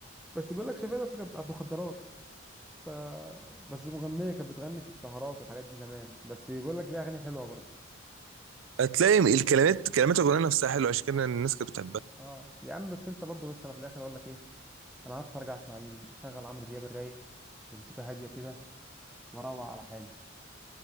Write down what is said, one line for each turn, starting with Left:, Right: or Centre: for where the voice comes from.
Centre: بس بيقول لك شفيقه ده اصلا كانت بتاعت مخدرات ف... بس مغنية كانت بتغني في السهرات والحاجات دي زمان بس بيقول لك ليها أغاني حلوة برضه
Right: هتلاقي الكلمات كلمات الأغنية نفسها حلوة عشان كده الناس كانت بتحبها
Centre: اه يا عم بس أنت برضه بص أنا في الآخر أقول لك إيه أنا عرفت أرجع أسمع مين أشغل عمرو دياب الرايق بموسيقى هادية كده وأروق على حالي